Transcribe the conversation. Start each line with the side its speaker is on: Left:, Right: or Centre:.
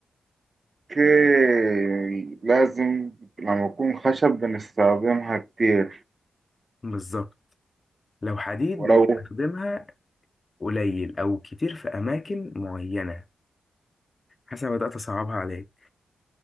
Right: اوكي لازم لما يكون خشب بنستخدمها كتير
Left: <laughs> بالظبط لو حديد
Right: ولو
Left: بنستخدمها قليل او كتير في اماكن معينه حسنا بدات اصعبها عليك